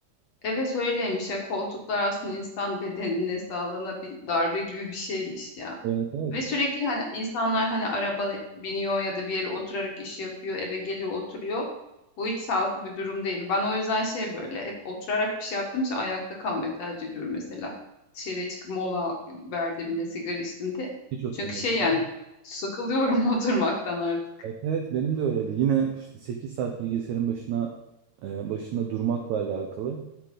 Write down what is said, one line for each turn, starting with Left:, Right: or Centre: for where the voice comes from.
Left: evet öyleymiş ya koltuklar aslında insan bedenine, sağlığına bir darbe gibi bir şeymiş ya.
Right: Evet evet.
Left: Ve sürekli hani insanlar hani araba biniyor ya da bir yere oturarak iş yapıyor, eve geliyor, oturuyor. Bu hiç sağlıklı bir durum değil. Ben o yüzden şey böyle hep oturarak bir şey yaptığım için ayakta kalmayı tercih ediyorum mesela. Dışarıya çıkıp mola verdiğimde, sigara içtiğimde.
Right: Hiç oturmuyorsun.
Left: Çünkü şey yani
Right: değil mi?
Left: sıkılıyorum <laughs> oturmaktan artık.
Right: Evet evet benim de öyleydi. Yine işte 8 saat bilgisayarın başına e, başında durmakla alakalı.